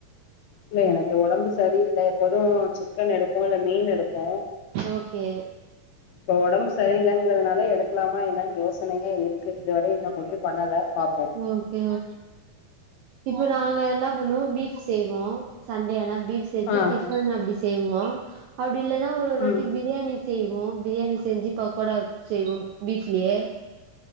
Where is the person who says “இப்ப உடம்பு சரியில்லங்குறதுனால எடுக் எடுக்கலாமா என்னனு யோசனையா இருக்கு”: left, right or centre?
Left